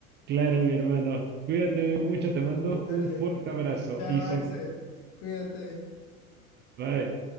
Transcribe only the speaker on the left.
<laughs> Dale.
Chao,
Axel. Cuídate.